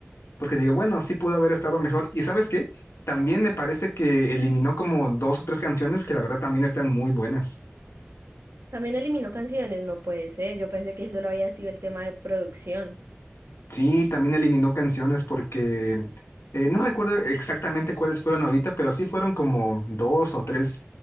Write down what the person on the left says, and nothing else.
porque digo, bueno, sí pudo haber estado mejor. ¿Y sabes qué? También me parece que eliminó como dos o tres canciones que la verdad también están muy buenas.
Sí, también eliminó canciones porque eh, no recuerdo exactamente cuáles fueron ahorita, pero sí fueron como dos o tres.